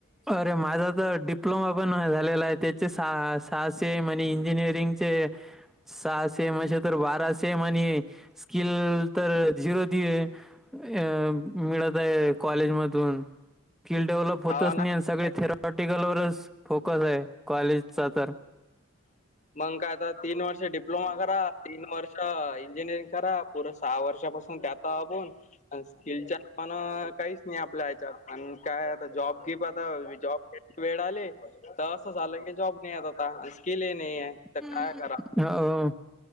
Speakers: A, in the centre; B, on the left.
A: अरे माझा तर डिप्लोमा पण झालेला आहे. त्याचे सहा सहा सेम आणि इंजिनिअरिंग चे सहा सेम, असे तर बारा से सेम आणि स्किल तर झिरो ते अं मिळत. कॉलेजमधून, स्किल डेव्हलप हो
B: हाव
A: च
B: ना
A: नाही. सगळे थेरॉटिकल वरच फोकस आहे कॉलेजचा तर.
B: मग काय तर आता तीन वर्ष डिप्लोमा करा तीन वर्ष इंजिनिअरिंग करा. पुरं सहा वर्षापासून त्यात आपण स्किलच्या पण काहीच नाही आपल्या याच्यात. पण काय जॉब घे प आता, जॉब घ वेळ आली तर असं झालं की, जॉब नाहीयेत आता. स्किल ही नाही आहे. तर
A: हम्म,
B: काय करा
A: हो